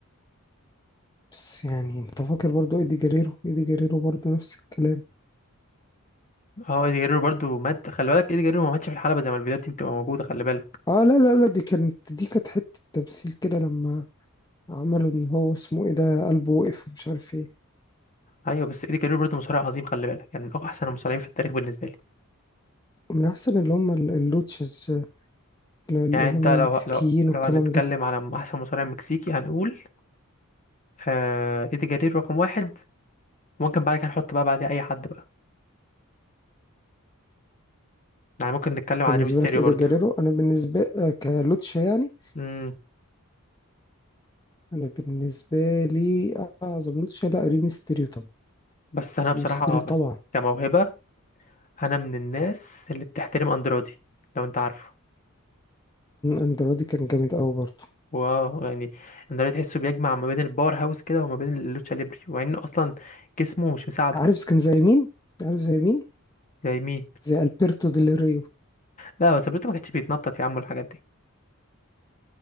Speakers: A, on the left (about 20°); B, on the left (about 35°).
A: بس يعني انت فاكر برضو ايدي جريرو ايدي جريرو برضو نفس الكلام
B: اه ايدي جرير برضو مات خلي بالك ايدي جرير ما ماتش في الحلبة زي ما الفيديوهات دي بتبقى موجودة خلي بالك
A: اه لا لا لا دي كانت دي كانت حتة تمثيل كده لما عملوا ان هو اسمه ايه ده قلبه وقف ومش عارف ايه
B: ايوه بس ايدي جرير برضو مصارع عظيم خلي بالك يعني من احسن المصارعين في التاريخ بالنسبة لي
A: من احسن اللي هم ال- اللوتشز اللي اللي
B: يعني
A: هم
B: انت لو
A: المكسيكيين
B: لو
A: والكلام
B: لو هنتكلم
A: ده
B: على احسن مصارع مكسيكي هنقول آه ايدي جرير رقم واحد ممكن بعد كده نحط بقى بعديه اي حد بقى يعني ممكن نتكلم على
A: بالنسبة
B: ريمستيريو
A: لك ايدي
B: برضو
A: جريرو انا بالنسبة آه، كلوتشا يعني
B: امم
A: انا بالنسبة لي اعظم لوتشا لا ريمستيريو طبعا
B: بس انا بصراحة
A: ريمستيريو طبعا
B: كموهبة انا من الناس اللي بتحترم اندرودي لو انت عارفه
A: اندرادي كان جامد قوي برضو
B: واه يعني اندريد تحسه بيجمع ما بين الباور هاوس كده وما بين اللوتشا ليبري ومع انه اصلا جسمه مش مساعده
A: عارف كان زي مين عارف زي مين
B: زي مين
A: زي البرتو ديل ريو
B: لا بس بريتو ما كانش بيتنطط يا عم الحاجات دي